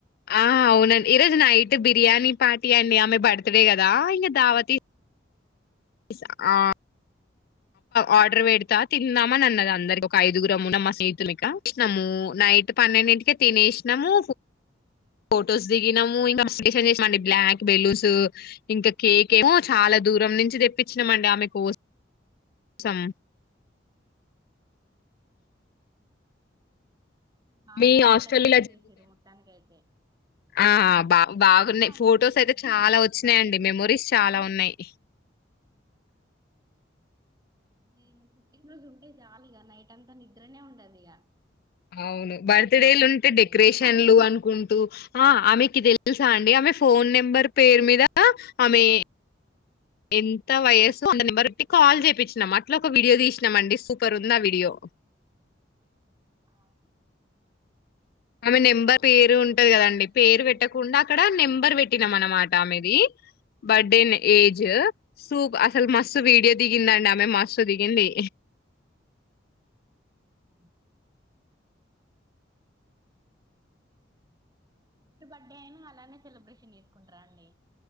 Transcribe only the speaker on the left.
ఆ అవునండి ఈరోజు నైట్ బిర్యానీ పార్టీ అండి ఆమె బర్త్డే కదా ఇంకా దావత ఇ ఆ ఆర్డర్ పెడతా తిందామని అన్నది అందరి ఒక ఐదుగురుమ్మున్నా మా స్నేహితునిక ఇచ్చినాము నైట్ పన్నెండింటిక తినేసినాము ఫొటోస్ దిగినాము ఇంకా చేమండి బ్లాక్ బెలూస్ ఇంకా కేక్ ఏమో చాలా దూరం నుంచి తెప్పించినామ అండి ఆమె కో కోసం
మీ హాస్టల్
ఆహా బా బాగున్నాయి
ఫొటోస్
అయితే చాలా
వచ్చినాయిండి
మెమోరీస్ చాలా ఉన్నాయి
అవును బర్త్డేలు ఉంటే డెకరేషన్లు
అనుకుంటూ ఆ ఆమెకి తెలి తెలుసా అండి ఆమె ఫోన్ నెంబర్ పేరు మీద ఆమె ఎంత వయస్సు అ నెంబర్టి కాల్ చేయిచ్చినాం అట్లా ఒక వీడియో తీసినాం అండి సూపర్ ఉండి ఆ వీడియో
ఆమె నెంబర్ పేరు
ఉంటది కదండి
పేరు
పెట్టకుండా
అక్కడ నెంబర్ పెట్టినాం
అనమాట
ఆమెది బడ్డేనే ఏజ సూప్ అసలు మ మసు వీడియో దిగిందండి ఆమె మస్ దిగింది